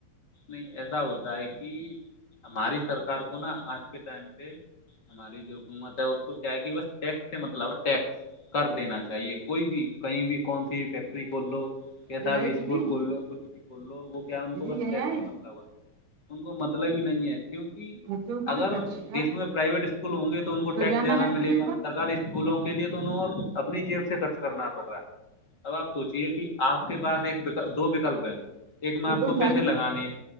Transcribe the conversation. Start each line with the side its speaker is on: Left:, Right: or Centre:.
Left: نہیں ایسا ہوتا ہے کی ہماری سرکار کو نا آج کے ٹائم پہ ہماری جو حکومت ہے اس کو کیا ہے کہ بس ٹیکس سے مطلب ہے ٹیکس کر دینا چاہیے کوئی بھی کہیں بھی کون سی بھی فیکٹری کھول لو کیسا
Right: یہ آئی
Left: بھی اسکول
Right: فری
Left: کھول لو کچھ بھی کھول لو وہ کیا ان
Right: فری
Left: کو بس
Right: یہ
Left: سے
Right: آئی
Left: مطلب ہے ان کو مطلب ہی نہیں ہے کیونکہ
Right: تو اوپر
Left: اگر
Right: ہی کرتے کا
Left: دیش میں پرائیویٹ اسکول ہوں گے تو ان کو ٹیکس
Right: بیان
Left: زیادہ
Right: نہیں لگا
Left: ملے
Right: تری اوپر
Left: گا سرکاری اس کولوں کے لیے تو انو اور اپنی جیب سے خرچ کرنا پڑ رہا ہے اب آپ سوچیے کہ آپ کے پاس ایک دو وکلپ ہیں ایک میں آپ
Right: ہوں
Left: کو پیسے لگانے ہیں